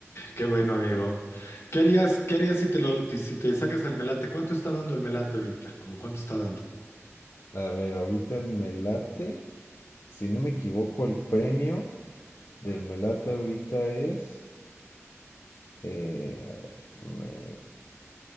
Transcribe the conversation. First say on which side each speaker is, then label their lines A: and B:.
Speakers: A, on the left; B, on the left.
A: Qué bueno, amigo. ¿Qué harías, qué harías si te lo, si te sacas el melate? ¿Cuánto está dando el melate ahorita? ¿Cómo cuánto está dando?
B: A ver, ahorita el Melate, si no me equivoco, el premio del Melate ahorita es... eh, a ver, me,